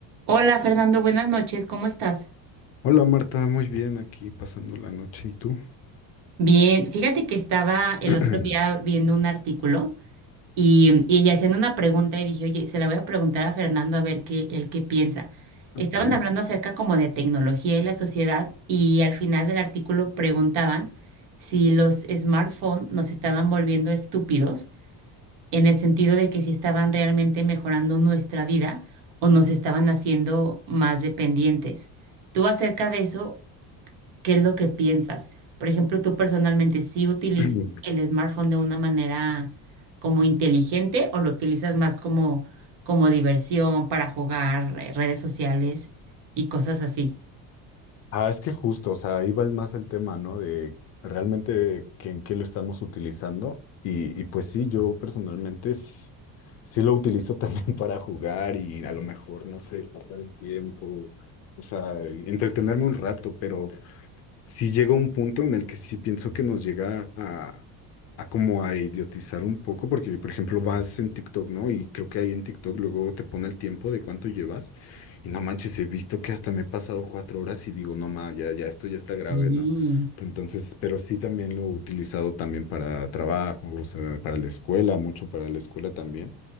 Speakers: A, on the right; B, on the left.
A: Hola Fernando, buenas noches, ¿cómo estás?
B: Hola Marta, muy bien aquí pasando la noche. ¿Y tú?
A: Bien, fíjate que estaba el
B: <clears throat>
A: otro día viendo un artículo y, y haciendo una pregunta y dije, oye, se la voy a preguntar a Fernando a ver qué, él qué piensa. Estaban
B: Ok.
A: hablando acerca como de tecnología y la sociedad y al final del artículo preguntaban si los smartphones nos estaban volviendo estúpidos en el sentido de que si estaban realmente mejorando nuestra vida o nos estaban haciendo más dependientes. ¿Tú acerca de eso? ¿Qué es lo que piensas? Por ejemplo, tú personalmente, ¿sí utilizas
B: <clears throat>
A: el smartphone de una manera como inteligente o lo utilizas más como, como diversión para jugar eh, redes sociales y cosas así?
B: Ah, es que justo, o sea, ahí va el- más el tema, ¿no? De realmente que, en qué lo estamos utilizando. Y, y pues sí, yo personalmente s- sí, lo utilizo también <laughs> para jugar y a lo mejor, no sé, pasar el tiempo, o sea, entretenerme un rato, pero sí llega un punto en el que sí pienso que nos llega a, a como a idiotizar un poco, porque por ejemplo vas en TikTok, ¿no? Y creo que ahí en TikTok luego te pone el tiempo de cuánto llevas y no manches, he visto que hasta me he pasado cuatro horas y digo, no ma, ya, ya esto ya está grave,
A: Sí,
B: ¿no? Entonces, pero sí también lo he utilizado también para trabajo, o sea, para la escuela, mucho para la escuela también.